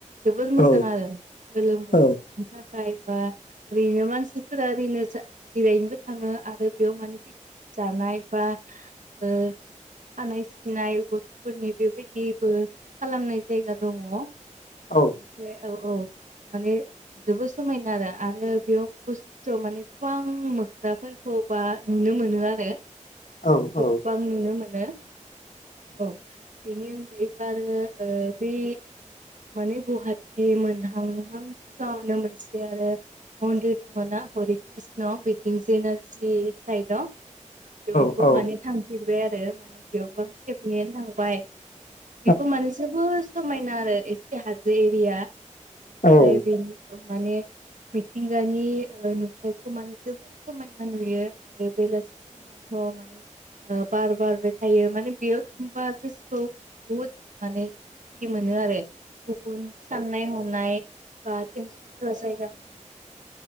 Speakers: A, on the right; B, on the left.
A: जोबोर मोजां
B: औ
A: आरो गोलोम बोथोरनि
B: औ
A: थाखाय। बा ओरैनो मानसिफोरा ओरैनो जा जिरायनोबो थाङो आरो बेयाव मान पिकनिक जाना नाय बा ओ खानाय सिननाय गथ'फोरनि बेबायदिबो खालामनाय जायगा दङ। <inaudible>
B: औ
A: फ्राय औ औ माने जोबो समायना आरो आरो बेयाव बसिस्थ' माने गोबां मोख्राफोरखौबा नुनो मोनो आरो।
B: औ
A: गोबां
B: औ
A: नुनो मोनो औ। बिनि अनगायैबो आरो ओ बे माने गवाहाटि मोनहांहां सिगाङावनो मोनसे आरो मन्दिर दङ ना हरि कृष्ण बिथिं जि एन आर सि साइदआव बेयावबो
B: नंगौ औ
A: माने थांफेरबाय आरो माने बेयावबो आं खेबनैनोआनो थांबाय।
B: औ
A: बिबो माने जोबोर समायना आरो एसे हाजो एरिया। <unintelligible>
B: औ औ
A: बेनि माने मिथिंगानि ओ नुथायखौ माने जोबोद समायना नुयो आरो बेलासि सम थ' माने बार बारबाय थायो माने बेयाव थांबा गोसोखौ बहुद माने सान्थि मोनो आरो। गुबुन साननाय हनाय बा टेनसनफोरा जायगा मोना।